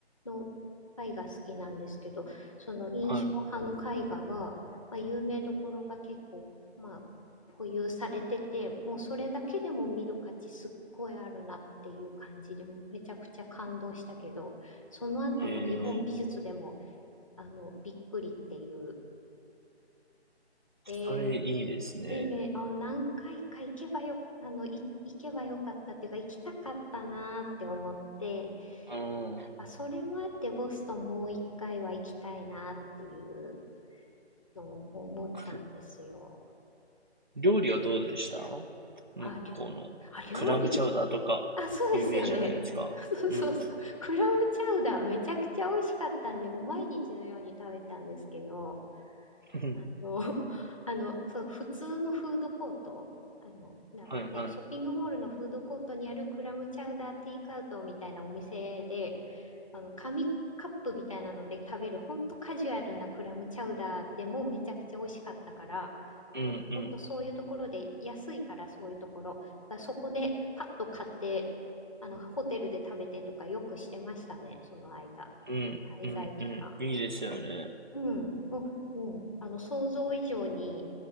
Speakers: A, on the left; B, on the right.
A: の絵画好きなんですけど、その印象派の絵画が、
B: は
A: まあ、有名どころが結構、まあ、保有されてて、もうそれだけでも見る価値すっごいあるなっていう感じで、もうめちゃくちゃ感動したけど、その後の日本美術でも、
B: い。ええ、
A: あの、びっくりっていう。えー、
B: それいいですね。
A: でね、あ、何回か行けばよ、あの、い、行けばよかったっていうか、行きたかったなーって思って、
B: うーん。
A: あ、それもあってボストンもう一回は行きたいなっていうのを思ったんですよ。
B: く料理はどうでした向こうの。
A: あ、りょ、あ、料理
B: クラムチャウダーとか、
A: あ、そうですよね。
B: 有名じゃないですか。
A: <laughs> そうそうそう。
B: うん。
A: クラムチャウダーめちゃくちゃ美味しかったんで、もう毎日のように食べたんですけど、
B: うん。
A: あの、<laughs> あの、そう、普通のフードコート、あの、なんかね、
B: はいは
A: ショッピングモールのフードコートにあるクラムチャウダーテイクアウトみたいなお店で、あの、紙カップみたいなので食べる、ほんとカジュアルなクラムチャウダーでもめちゃくちゃ美味しかったから、
B: い。
A: もうほんとそういうところで、
B: うんうん。
A: 安いからそういうところ、だからそこでパッと買って、あの、ホテルで食べてとかよくしてましたね、その間、
B: うんうん
A: 滞在期間。
B: うん。いいですよね。
A: うん、もう、うん、あの、想像以上に、